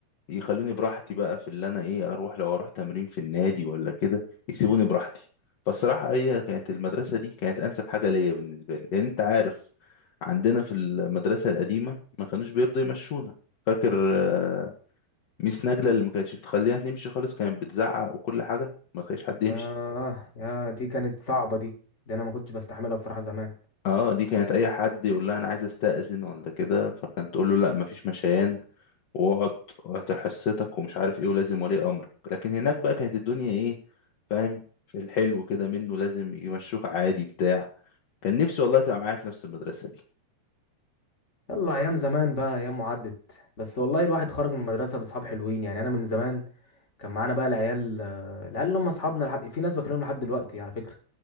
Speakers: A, on the left (about 55°); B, on the left (about 25°).
A: يخلوني براحتي بقى في اللي انا ايه اروح لو اروح تمرين في النادي ولا كده يسيبوني براحتي فالصراحة هي كانت المدرسة دي كانت انسب حاجة ليا بالنسبة لي لان انت عارف عندنا في المدرسة القديمة ما كانوش بيرضوا يمشونا فاكر آه، ميس نجلة اللي ما كانتش بتخلينا نمشي خالص كانت بتزعق وكل حاجة ما تخليش حد يمشي
B: ياه يا دي كانت صعبة دي دي أنا ما كنتش بستحملها بصراحة زمان
A: اه دي كانت اي حد يقول لها انا عايز استأذن ولا كده فكانت تقول له لا مفيش مشيان واقعد وهتحسسك ومش عارف ايه ولازم ولي امرك لكن هناك بقى كانت الدنيا ايه فاهم في الحلو كده منه لازم يمشوك عادي بتاع كان نفسي والله تبقى معايا في نفس المدرسة دي
B: يلا أيام زمان بقى أيام وعدت بس والله الواحد خرج من المدرسة بأصحاب حلوين يعني أنا من زمان كان معانا بقى العيال آه، العيال اللي هم أصحابنا لحد... في ناس بكلمهم لحد دلوقتي على فكرة